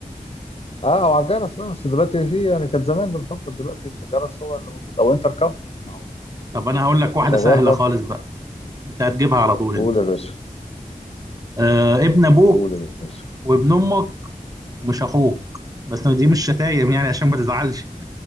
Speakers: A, on the left; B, on the right.
A: اه او على الجرس آه، بس دلوقتي في يعني كان زمان بنخبط دلوقتي الجرس هو اللي موجود او انتركم ما هو
B: طب انا هقول لك واحده
A: شغال
B: سهله
A: برضه
B: خالص بقى انت هتجيبها على طول
A: قول
B: انت
A: يا باشا
B: آه ابن ابوك
A: قول يا باشا
B: وابن امك ومش اخوك بس دي مش شتايم يعني عشان ما تزعلش